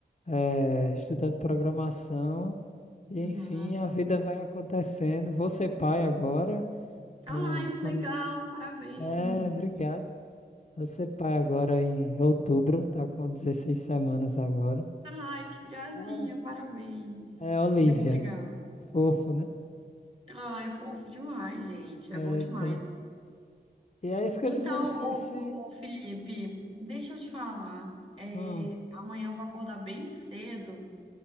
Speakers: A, on the left; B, on the right.
A: é, estudando programação. E enfim,
B: uhum.
A: a vida vai acontecendo. Vou ser pai agora.
B: Tá,
A: Não,
B: Ai, que legal,
A: não-
B: parabéns.
A: é, obrigado. Vou ser pai agora em outubro, tá com 16 semanas agora.
B: Tá, Ai, que gracinha,
A: Cara,
B: parabéns.
A: é Olivia.
B: Muito legal.
A: Fofo, né?
B: Ai, é fofo demais, gente.
A: É,
B: É bom demais.
A: então. E aí as coisas
B: Então,
A: vão se,
B: ô,
A: se...
B: ô Felipe, deixa eu te falar. É,
A: Hum,
B: amanhã eu vou acordar bem cedo.